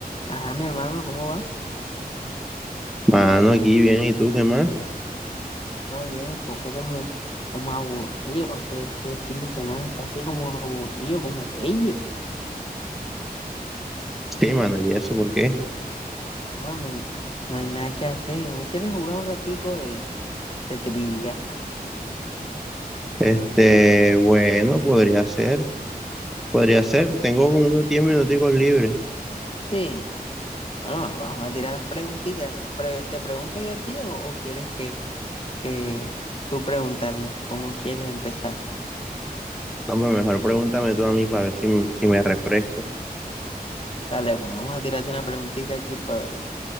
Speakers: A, on the left; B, in the centre.
A: Ajá, mi hermano, ¿cómo vas?
B: Mano, aquí bien, ¿y tú qué más?
A: Va bien, un poco como, como aburrido. Este, este fin de semana está así como aburrido, como pelle.
B: Sí, mano,
A: No,
B: ¿y eso por qué?
A: no, no hay, no hay nada que hacer. ¿No quieres jugar un ratico de, de trivia?
B: Este, bueno, podría ser, podría ser, tengo como unos 10 minuticos libres.
A: Sí. Bueno, va- vamos a tirar las preguntitas. Pre- ¿te pregunto yo a ti o, o quieres que, que tú preguntarme cómo quieres empezar?
B: No, pues mejor pregúntame tú a mí para ver si, si me refresco.
A: Dale, pues, vamos a tirarte una preguntita aquí para ver.